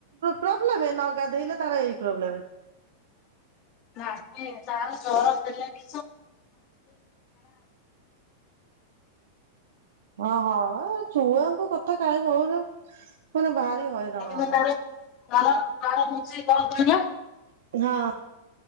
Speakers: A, on the right (about 85°); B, on the left (about 35°).
A: ପ୍ରୋବ୍ଲେମ ନ ଗାଧେଇଲେ ତାର ଏଇ ପ୍ରୋବ୍ଲେମ।
B: ମାନେ ତାର ଜର ଥିଲେ ବି
A: ହଁ ହଁ ଛୁଆଙ୍କୁ କଥା କଥା କାଇଁ କହୁଚ। ମାନେ ଭାରି ହଇରାଣ
B: ନା
A: ଆଗ।
B: ତାର ତାର ତାର ମୁଁ ସେ କଣ କହିଲ
A: ହଁ।